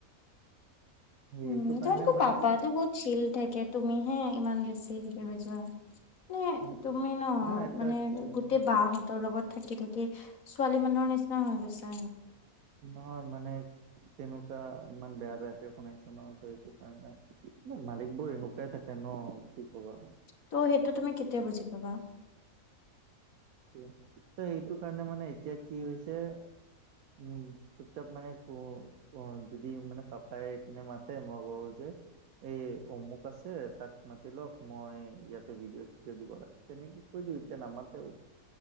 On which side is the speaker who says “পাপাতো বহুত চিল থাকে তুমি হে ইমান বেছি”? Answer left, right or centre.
Left